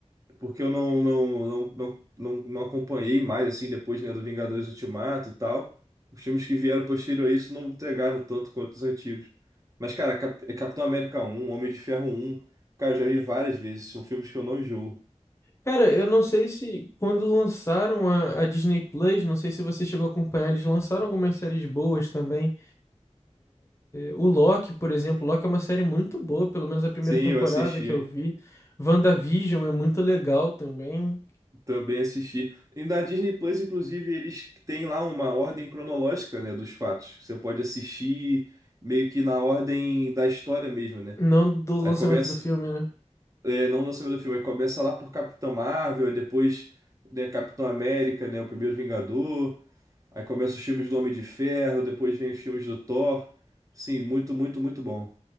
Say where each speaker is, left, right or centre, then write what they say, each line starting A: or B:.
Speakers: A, on the right; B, on the left.
A: porque eu não não não não, não, não acompanhei mais assim depois, né, do Vingadores Ultimato e tal. Os filmes que vieram posterior a isso não entregaram tanto quanto os antigos. Mas, cara, Cap- é Capitão América 1, Homem de Ferro 1, cara, eu já vi várias vezes. São filmes que eu não enjoo.
B: Cara, eu não sei se quando lançaram a, a Disney Plus, não sei se você chegou a acompanhar, eles lançaram algumas séries boas também. O Loki, por exemplo, Loki é uma série muito boa, pelo menos a primeira
A: Sim,
B: temporada
A: eu assisti.
B: que eu vi. WandaVision é muito legal também.
A: Também assisti. E na Disney Plus, inclusive, eles têm lá uma ordem cronológica, né, dos fatos. Você pode assistir meio que na ordem da história mesmo, né?
B: Não do lançamento
A: Aí começa,
B: do filme, né?
A: é, não na semana do filme, aí começa lá por Capitão Marvel, aí depois, né, Capitão América, né, o Primeiro Vingador. Aí começa os filmes do Homem de Ferro, depois vem os filmes do Thor. Sim, muito, muito, muito bom.